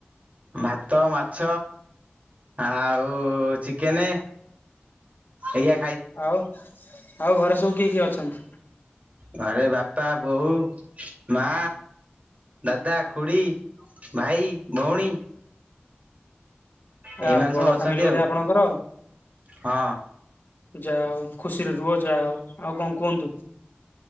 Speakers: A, on the right; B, on the left.
A: ଭାତ ମାଛ। ଆଉ ଚିକେନ ଏଇଆ।
B: ଆଉ ଆଉ ଘରେ ସବୁ କିଏ କିଏ ଅଛନ୍ତି?
A: ଘରେ ବାପା ବୋଉ ମା। ଦାଦା ଖୁଡି ଭାଇ ଭଉଣୀ। ଏଇମାନେ
B: ଆ ବଡ
A: ସବୁ ଅଛନ୍ତି
B: ଫ୍ୟାମିଲି ବୋଧେ
A: ଆଉ
B: ଆପଣଙ୍କର ଆଉ।
A: ହଁ
B: ଯାହା ହଉ ଖୁସିରେ ରୁହ ଯାହା ହଉ ଆଉ କଣ କୁହନ୍ତୁ?